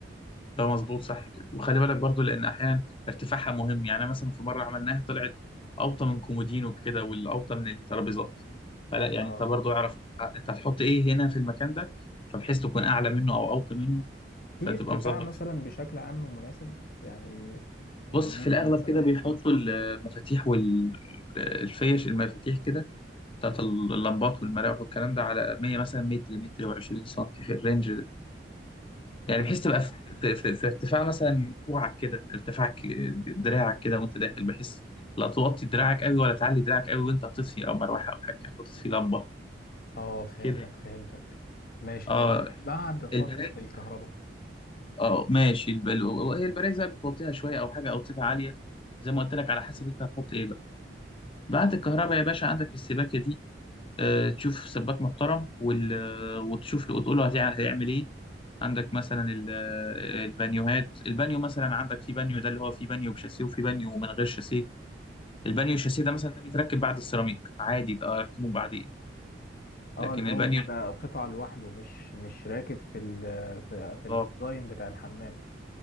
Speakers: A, on the left (about 30°); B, on the left (about 55°).
A: ده مظبوط صح كده وخلي بالك برضو لان احيانا ارتفاعها مهم يعني أنا مثلا في مره عملناها طلعت اوطى من كومودين وكده والاوطى من الترابيزات فلا يعني
B: اه
A: انت برضو اعرف انت هتحط ايه هنا في المكان ده فبحيث تكون اعلى منه او اوطى منه
B: في
A: فتبقى
B: ارتفاع
A: مظبط
B: مثلا بشكل عام مناسب يعني بمتر
A: بص في الأغلب
B: مثلا
A: كده بيحطوا المفاتيح والفيش المفاتيح كده بتاعت اللمبات والمراوح والكلام ده على 100 مثلا متر متر و20 سم في الرينج ده
B: حلو
A: يعني بحيث
B: ماشي
A: تبقى في, في, في, في ارتفاع مثلا كوعك كده ارتفاع ك- دراعك كده وانت داخل بحيث لا توطي دراعك قوي ولا تعلي دراعك قوي وانت هتطفي او مروحه او حاجه او تطفي لمبه
B: اه فهمتك
A: كده
B: فهمتك ماشي
A: اه
B: طيب بعد خطوة
A: البرايز
B: الكهرباء
A: اه ماشي البل... هي البرايز بقى بتوطيها شويه او حاجه او تسيبها عاليه زي ما قلت لك على حسب انت هتحط ايه بعد الكهرباء
B: ماشي
A: يا باشا عندك السباكة دي آه، تشوف سباك محترم وال... آه، وتشوف له وتقول له هتع- هيعمل ايه عندك مثلا ال- آه، البانيوهات البانيو مثلا عندك في بانيو ده اللي هو في بانيو بشاسيه وفي بانيو من غير شاسيه البانيو الشاسيه ده مثلا ده بيتركب بعد السيراميك عادي ده اركبه بعدين
B: اه
A: لكن
B: اللي هو
A: البانيو
B: بيبقى قطعة لوحده مش مش راكب في ال في, في
A: بالظبط
B: الديزاين بتاع الحمام